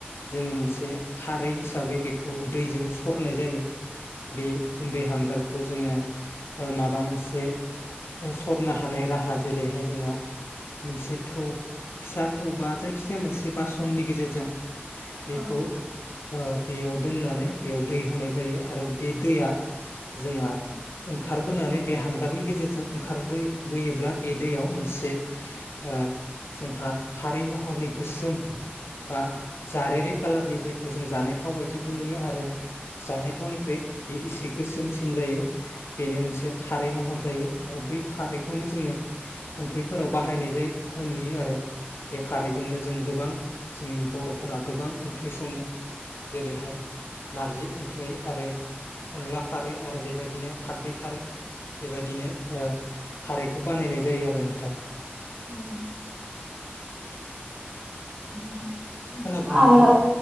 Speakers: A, on the left; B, on the right.
A: जोङो मोनसे खारै हिसाबै बेखौ दैजों सरनाय जायो। बे गुन्दै हांगारखौ जोङो। ओ माबा मोनसे सरनो हानाय राहा जेरैहाय जोंहा मोनसे थौ फिसा थौ बा जायखिजाया मोनसे बासननि गेजेरजों। बेखौ
B: औ
A: ओ बेयाव दोननानै बेयाव दै होनाय जायो आरो बे दैया जोंहा ओंखार बोनानै बे हांगारनि गेजेरजों ओंखारबो बोयोब्ला बे दैयाव मोनसे। ओ जोंहा खारै महरनि गोसोम बा जारेरे कालारनि जे थ' जों जानाय थाव बायदिबो नुयो आरो। जानाय थावनिख्रुइ बे एसे गोसोमसिन जायो बेनो मोनसे खारै महर जायो आरो बै खारैखौनो जोङो ओंख्रि फोराव बाहायनाय जाय खौ नुयो आरो बे खारैजोंनो जों गोबां जोंनि बर' फोरा गोबां ओंख्रि सङो जेरैहाय नारजि ओंख्रि आरो अनला खारै आरो बेबायदिनो खारदै खारै बेबायदिनो ओ खारैखौ बानायनाय जायो आरो नोंथां
B: औ ओ
A: खोनादों नोंथाङा
B: आरो